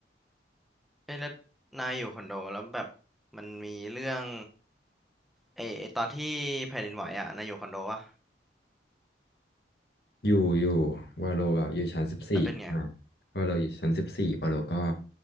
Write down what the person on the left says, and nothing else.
อยู่อยู่วาโลแบบอยู่ชั้นสิบสี่อ่า
วาโลอยู่ชั้นสิบสี่วาโลก็